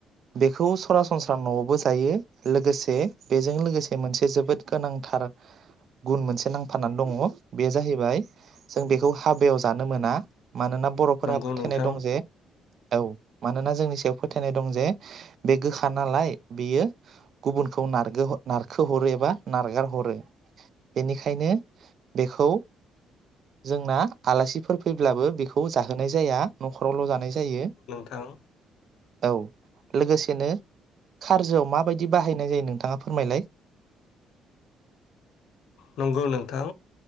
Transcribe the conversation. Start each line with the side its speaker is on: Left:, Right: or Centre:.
Right: बेखौ सरासनस्रा न'आवबो जायो लोगोसे बेजों लोगोसे मोनसे जोबोद गोनांथार गुन मोनसे नांफानानै दङ। बे जाहैबाय जों बेखौ हाबायाव जानो मोना। मानोना बर'फोरा
Left: नंगौ
Right: फोथायनाय
Left: नोंथां
Right: दं जे औ मानोना जोंनि सायाव फोथायनाय दं जे बे गोखा नालाय बेयो गुबुनखौ नागो नारखोहरो एबा नारगार हरो बेनिखायनो बेखौ जोंना आलासिफोर फैब्लाबो बेखौ जाहोनाय जाया न'खरावल' जाना नाय जायो।
Left: आं
Right: औ लोगोसेनो खारजोआव माबायदि बाहायनाय जायो नोंथाङा फोरमायलाय?
Left: नंगौ नोंथां